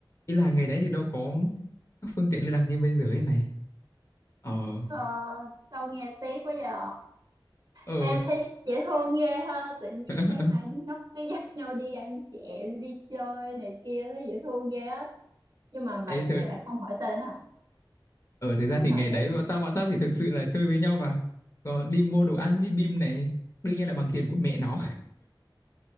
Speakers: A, on the left (about 35°); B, on the right (about 50°).
A: ý là ngày đấy thì đâu có các phương tiện liên lạc như bây giờ ấy mày ờ
B: Ờ, sao nghe tiếc quá vậy
A: ờ
B: Em thấy dễ thương ghê ha Tự nhiên
A: <laughs>
B: thấy hai đứa nhóc cái dắt nhau đi ăn chè Đi chơi này kia Thấy dễ thương ghê á Nhưng mà mày
A: ê thơ
B: mày lại không hỏi tên à
A: ở thực ra
B: Tức
A: thì
B: thật
A: ngày
B: vậy
A: đấy bọn tao bọn tao chỉ thực sự là chơi với nhau và có đi mua đồ ăn bim bim này đương nhiên là bằng tiền của mẹ nó